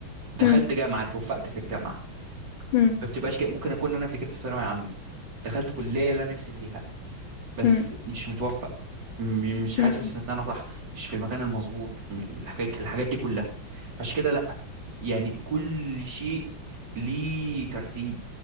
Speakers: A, on the right; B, on the left.
A: دخلت
B: مم.
A: جامعه توفقت في الجامعه
B: مم.
A: ما بتبقاش كده ممكن اكون انا ذاكرت في ثانويه عامه دخلت كليه اللي انا نفسي فيها بس
B: مم.
A: مش متوفق م... مش حاسس
B: مم.
A: ان انا صح مش في المكان المظبوط م... الحاجات الحاجات دي كلها فعشان كده لا يعني كل شيء ليه ترتيب